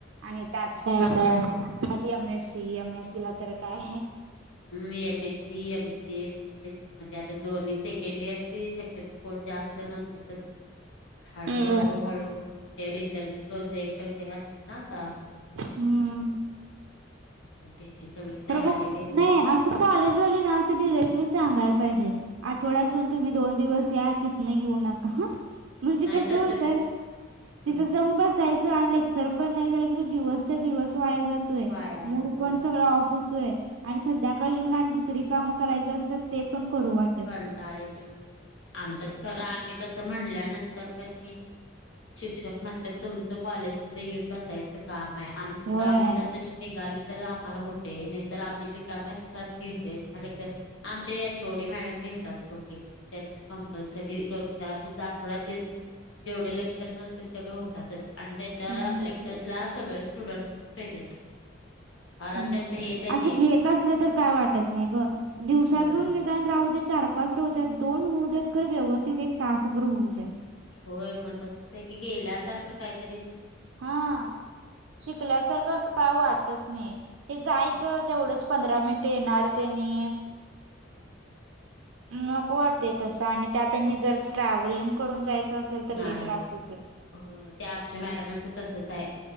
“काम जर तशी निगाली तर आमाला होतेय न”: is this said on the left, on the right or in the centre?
Left